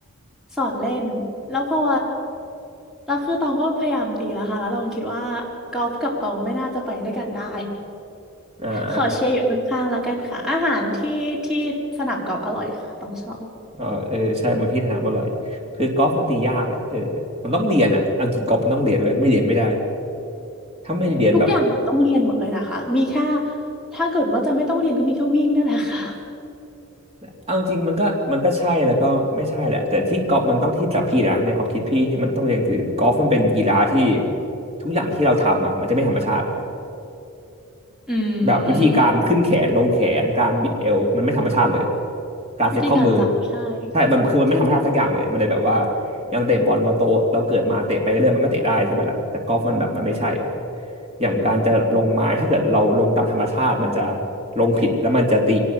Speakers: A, in the centre; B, on the right.
A: สอนเล่นแล้วพอแล้วคือตองก็พยายามตีแล้วค่ะแล้วตองคิดว่ากอล์ฟกับตองไม่น่าจะไปด้วยกันได้
B: <laughs> อ่า
A: ขอเชียร์อยู่ข้างๆแล้วกันค่ะอาหารที่ที่สนามกอล์ฟอร่อยค่ะต้องชอบ
B: อ๋อเออใช่บางที่ถนัดมาอร่อยคือกอล์ฟมันตียากแหละเออมันต้องเรียนอ่ะเอาจริงกอล์ฟมันต้องเรียนไว้ยไม่เรียนไม่ได้ถ้าไม่เรียนแบบ
A: ทุกอย่างเหมือนต้องเรียนหมดเลยนะคะมีแค่ถ้าเกิดว่าจะไม่ต้องเรียนก็มีแค่วิ่งนั่นแหละค่ะ
B: เอาจริงมันก็มันก็ใช่แล้วก็ไม่ใช่แหละแต่ที่กอล์ฟมันต้องที่สำหรับพี่นะในความคิดพี่ที่มันต้องเรียนคือกอล์ฟมันเป็นกีฬาที่ทุกอย่างที่เราทำอ่ะมันจะไม่ธรรมชาติ
A: อืม
B: แบบวิธีการขึ้นแขนลงแขนการบิดเอวมันไม่ธรรมชาติเลยการเซ็ตข้อมือ
A: วิธีการจับใช่
B: ใช่มันคือมันไม่ธรรมชาติสักอย่างเลยมันเลยแบบว่า
A: จริง
B: อย่างเตะบอลเราโตเราเกิดมาเตะไปเรื่อยมันก็เตะได้ใช่ไหมล่ะแต่กอล์ฟมันแบบมันไม่ใช่อ่ะอย่างการจะลงไม้ถ้าเกิดเราลงตามธรรมชาติมันจะลงผิดแล้วมันจะตี